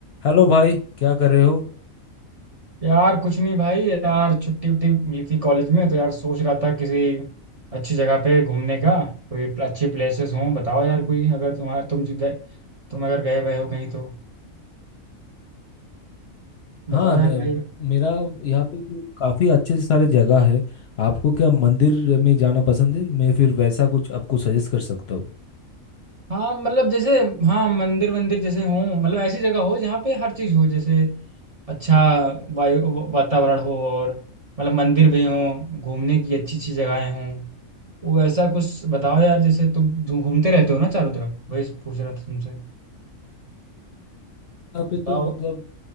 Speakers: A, on the left; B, on the right.
A: Hello भाई क्या कर रहे हो
B: यार कुछ नहीं भाई यार छुट्टी उट्टी मिली थी कॉलेज में तो यार सोच रहा था किसी अच्छी जगह पे घूमने का कोई अच्छी प्लेसेस हो बताओ यार कोई अगर तुम्हारा तुम जी गए तुम अगर गए हुए हो कहीं तो बताओ
A: हाँ अ,
B: यार भाई
A: मेरा यहाँ पे तो काफ़ी अच्छे से सारे जगह है आपको क्या मंदिर में जाना पसंद है मैं फिर वैसा कुछ आपको सजेस्ट कर सकता हूँ
B: हाँ मतलब जैसे हाँ मंदिर वंदिर जैसे हो मतलब ऐसी जगह हो जहाँ पे हर चीज़ हो जैसे अच्छा वायु वा- वातावरण हो और मतलब मंदिर भी हो घूमने की अच्छी अच्छी जगहें हों वो ऐसा कुछ बताओ यार जैसे तुम घूमते रहते हो ना चारों तरफ वही पूछ रहा था तुमसे
A: यहाँ पे
B: बताओ
A: तो मतलब